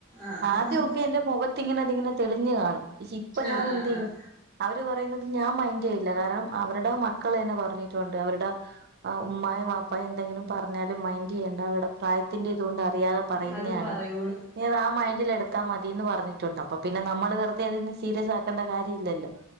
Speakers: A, in the centre; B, on the right.
A: ആഹ്
B: ആദ്യൊക്കെ എന്റെ മുഖത്തിങ്ങനെതിങ്ങനെ തെളിഞ്ഞു കാണും പക്ഷെ ഇപ്പൊ
A: ആഹ്
B: ഞാൻ എന്ത്
A: ആഹ്
B: ചെയ്യും
A: ആഹ്
B: അവര് പറയുന്നത് ഞാൻ മൈൻഡ് ചെയ്യില്ല കാരണം അവരുടെ മക്കൾ തന്നെ പറഞ്ഞിട്ടുണ്ട് അവരുടെ ആ ഉമ്മയു വപ്പ അപ്പ എന്തെങ്കിലും പറഞ്ഞാല മൈൻഡ് ചെയ്യേണ്ട അവിടെ പ്രായത്തിറെ ഇതുകൊണ്ട് അറിയാതെ പറയുന്നതാണ്
A: അത് പറയൂന്ന്
B: നീ അത് ആ മൈൻഡിൽ എടുത്താൽ മതിന്ന് പറഞ്ഞിട്ടുണ്ടാവും അപ്പൊ പിന്നെ നമ്മള് വെറുതെ അതിന്ന് സീരിയസ് ആക്കേണ്ട കാര്യ ഇല്ലല്ലോ